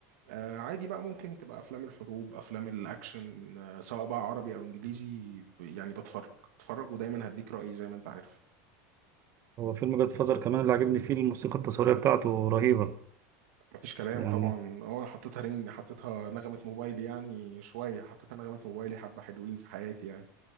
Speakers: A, on the right (about 80°); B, on the right (about 35°).
A: آه عادي بقى ممكن تبقى افلام الحروب افلام الاكشن آه سواء بقى عربي او انجليزي ب- يعني بتفرج بتفرج ودايما هديك رايي زي ما انت عارف
B: هو فيلم جاد فازر كمان اللي عجبني فيه الموسيقى التصويريه بتاعته رهيبه
A: مفيش كلام
B: يعني
A: طبعا اه حطيتها رنج حطيتها نغمه موبايلي يعني شويه حطيتها نغمه موبايلي حبه حلوين في حياتي يعني